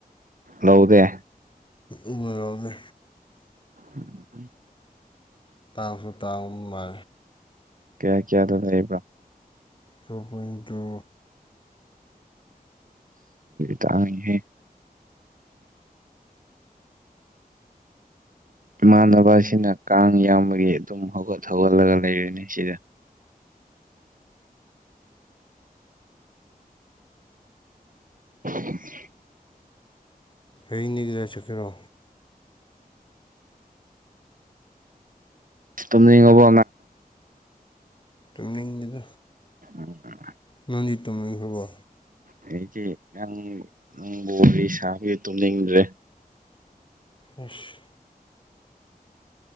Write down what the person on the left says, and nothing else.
ꯎꯃꯣꯔꯣꯝꯁꯦ
ꯂꯥꯛꯄꯇꯥ ꯃꯥ
ꯔꯕꯣꯏꯗ
ꯍꯅꯤ ꯀꯗ ꯆꯀ꯭ꯔꯣ
ꯇꯨꯝꯅꯤꯉꯥ
ꯅꯅꯤ ꯇꯅ ꯍꯕ
ꯑꯁ